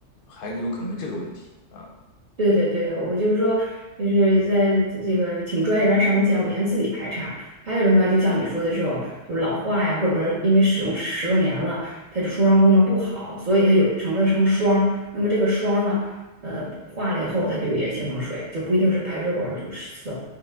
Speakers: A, on the left (about 55°); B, on the right (about 40°).
A: 还有可能这个问题啊。
B: 对对对，我就是说，就是在这个请专业人上门前，我先自己排查。还有的话，就像你说的这种，就老化呀，或者说因为使用十多年了，它这出伤功能不好，所以它有成了成霜儿那么这个霜儿呢，呃，化了以后，它就也形成水，就不一定是排水管儿堵塞。